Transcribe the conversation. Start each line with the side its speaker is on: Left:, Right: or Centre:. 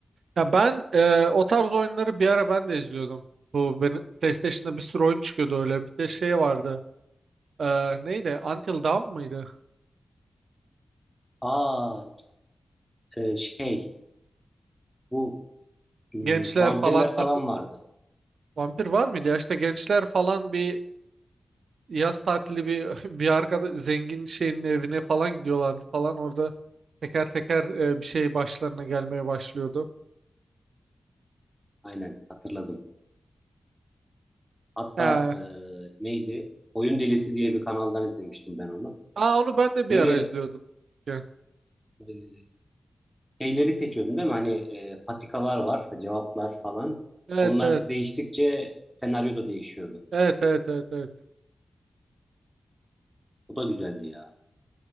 Right: Ya ben e, o tarz oyunları bir ara ben de izliyordum. Bu benim PlayStation'da bir sürü oyun çıkıyordu öyle. Bir de şey vardı. E, neydi? Until Dawn mıydı?
Centre: Aa e, şey bu hmm,
Right: Gençler
Centre: vampirler
Right: falan takı-
Centre: falan vardı.
Right: Vampir var mıydı? Ya işte gençler falan bir yaz tatili bir <laughs> bir arkada zengin şeyin evine falan gidiyorlardı falan orada teker teker e, bir şey başlarına gelmeye başlıyordu.
Centre: Aynen hatırladım. Hatta
Right: He.
Centre: e, neydi? Oyun Delisi diye bir kanaldan izlemiştim ben onu.
Right: Aa onu ben de
Centre: Böyle
Right: bir ara izliyordum. Yani,
Centre: e, şeyleri seçiyordum değil mi? Hani e, patikalar var, cevaplar falan.
Right: Evet
Centre: Onlar
Right: evet
Centre: değiştikçe senaryo da değişiyordu.
Right: evet evet evet evet.
Centre: O da güzeldi ya.